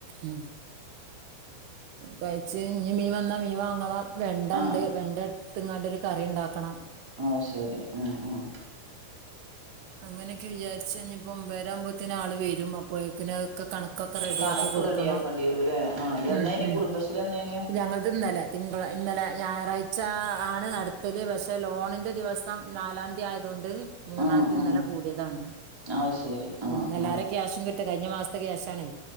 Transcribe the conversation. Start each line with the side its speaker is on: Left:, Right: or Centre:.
Right: ഉം കഴ്ച്ച് ഇഞി മീൻ വന്ന മീൻ വാങ്ങണം. വെണ്ടണ്ട്
Centre: ആഹ്
Right: വെണ്ട ഇട്ത്ത്ങ്ങാണ്ടൊരു കറി ഇണ്ടാക്കണം.
Centre: അഹ് ശരി ആഹ് ആഹ്
Right: അങ്ങനൊക്കെ വിജാരിച്ച് ഇഞിപ്പൊ ഒമ്പരാവ്മ്പത്തിന് ആള് വരും അ പ്പൊയക്കിന് അഹ് കണക്കൊക്കെ റെഡിയാക്കി
Centre: കണക്ക്
Right: കൊട്ക്കണം.
Centre: റെഡിയാക്കേണ്ടി വരൂല്ലേ ആഹ് എന്നേനി
Right: ഉം ഉം
Centre: കുടുംബശ്രീ എന്നേനി
Right: ഞങ്ങളൾത് ഇന്നലെ തിങ്കള ഇന്നലെ ഞായറാഴ്ചാ ആണ് നട്ത്തല്. പക്ഷെ ലോണിന്റെ ദിവസം നാലാംതീ ആയതോണ്ട് മൂന്നാംതി
Centre: ആഹ്
Right: ഇന്നലെ
Centre: ആഹ്
Right: കൂടിയേതാണ്
Centre: അത് ശരി
Right: ഉം
Centre: ആഹ്
Right: എല്ലാരു
Centre: ആഹ്
Right: ക്യാഷും കി കഴിഞ്ഞ മാസ്ത്തെ ക്യാശാണെ.